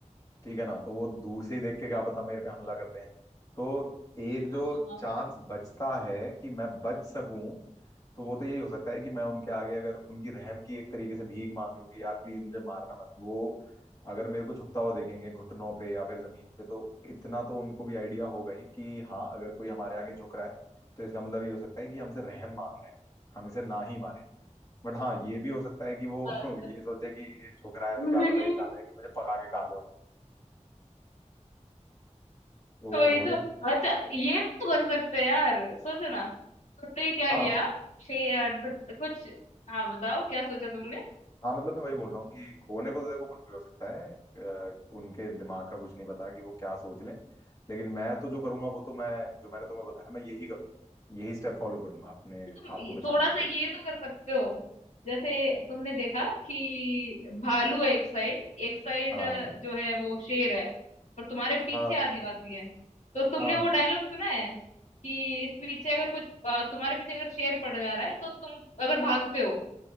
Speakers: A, on the left (about 30°); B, on the left (about 65°).
A: ठीक है ना तो वो दूर से ही देख के क्या पता मेरे पे हमला कर दें तो एक जो
B: तो
A: चांस बचता है कि मैं बच सकूं तो वो तो यही हो सकता है कि मैं उनके आगे अगर उनकी रहम की एक तरीके से भीख मांग लूं कि यार प्लीज मुझे मारना मत वो अगर मेरे को झुकता हुआ देखेंगे घुटनों पे या फिर जमीन पे तो इतना तो उनको भी आइडिया होगा ही कि हाँ अगर कोई हमारे आगे झुक रहा है तो इसका मतलब ये हो सकता है कि हमसे रहम मांग रहा है हम इसे ना ही मारे बट हाँ ये भी हो सकता है कि वो
B: अच्छा
A: <laughs> ये सोचे कि ये झुक रहा है
B: <laughs>
A: तो क्या पता ये चाह रहा है कि मुझे पका के खा जाओ तो
B: वही
A: होने
B: तो
A: को
B: अच्छा ये भी तो कर सकते हैं यार सोचो ना तुमने क्या
A: हाँ
B: किया शे- अ, ड- कुछ हाँ बताओ क्या सोचा तुमने
A: हाँ मतलब मैं वही बोल रहा हूँ कि होने को तो देखो कुछ भी हो सकता है अ, उनके दिमाग का कुछ नहीं पता कि वो क्या सोच लें लेकिन मैं तो जो करूंगा वो तो मैं जो मैंने तुम्हें बताया मैं यही करूंगा यही स्टेप फॉलो करूंगा अपने
B: तो तुम
A: आप
B: ये-
A: को बचाने
B: थोड़ा
A: के
B: सा
A: लिए
B: ये तो कर सकते हो जैसे तुमने देखा कि भालू है एक साइड एक साइड
A: हाँ
B: जो है वो शेर है और तुम्हारे पीछे
A: हाँ
B: आदिवासी है तो तुमने
A: हाँ
B: वो डायलॉग सुना है कि इस पीछे अगर कुछ अ, तुम्हारे पीछे अगर शेर पड़ जा रहा है तो तुम अगर भागते हो